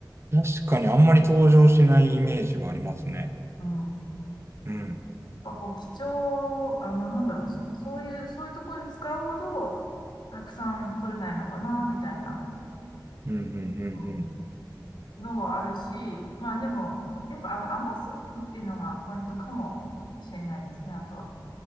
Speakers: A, on the right; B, on the left.
A: 確かにあんまり登場しないイメージはありますね。
B: うん。やっ
A: うん。
B: ぱこう、貴重、あの、なんだろう、そ、そういう、そういうところに使うほど、たくさん取れないのかな、みたいな、
A: うん、
B: うん、のはあるし、まあでも、やっぱあの、甘すぎないっていうのがポイントかもしれないですね、あとは。